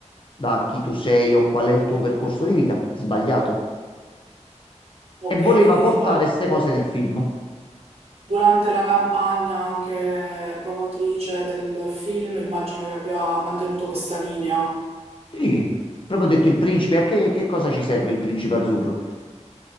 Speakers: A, on the left; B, on the right.
A: da chi tu sei o qual è il tuo percorso di vita, sbagliato.
B: Ok,
A: E voleva
B: quindi
A: portare
B: diciamo...
A: queste cose nel film.
B: Durante la campagna anche promotrice del film, immagino che abbia mantenuto questa linea.
A: Sì, proprio ho detto il principe, a che, che cosa ci serve il principe azzurro?